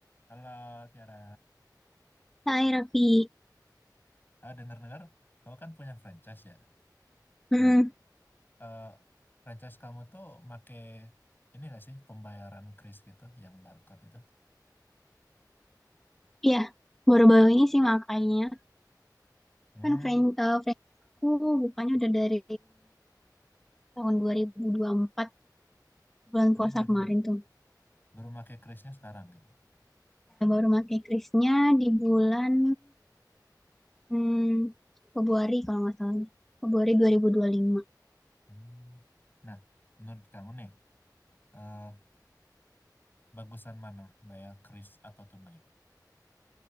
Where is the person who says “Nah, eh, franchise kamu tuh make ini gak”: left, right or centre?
Left